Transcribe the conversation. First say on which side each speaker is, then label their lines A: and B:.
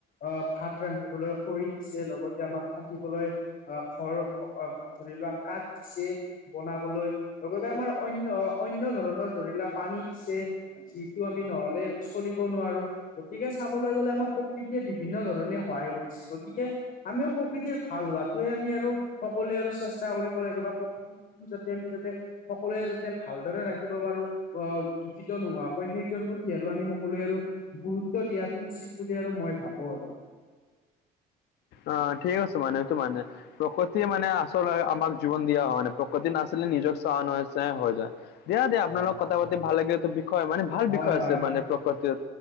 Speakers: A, on the left; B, on the left.
A: আহ ভাত ৰান্ধিবলৈ খৰি দিছে, লগতে আমাক থাকিবলৈ আহ ঘৰ ধৰি লোৱা কাঠ দিছে। বনাবলৈ লগতে আমাৰ অন্য অন্য ধৰণৰ ধৰিলোৱা পানী দিছে। যিটো আমি নহলে চলিব নোৱাৰোঁ। গতিকে চাবলৈ গলে আমাৰ প্ৰকৃতিয়ে বিভিন্ন ধৰণে সহায় কৰিছে। গতিকে আমিও প্ৰকৃতিৰ ভাল হোৱাতোৱে আমি আৰু সকলোৱে আৰু চেষ্টা কৰিব লাগিব। প্ৰকৃতি যাতে আমি যাতে সকলোৱে যাতে ভালদৰে ৰাখিব পাৰোঁ। অ দূষিত নোহোৱাকৈ সেইটোৰ প্ৰতি আৰু আমি সকলোৱে আৰু গুৰুত্ব দিয়াটো উচিত বুলি আৰু মই ভাবো আৰু
B: অ, ঠিক আছে মানে টো মানে। প্ৰকৃতিয়ে মানে আচলতে আমাক জীৱন দিয়া হয় মানে প্ৰকৃতি নাছিলে নিজক চাহ নছে হৈ যায়। দিয়া-দিয়া আপোনালোকৰ
A: হয় হয়।
B: কথা পাতি ভাল লাগিলটো বিষয় মানে ভাল
A: হয়
B: বিষয়
A: হয়
B: আছে মানে প্ৰকতি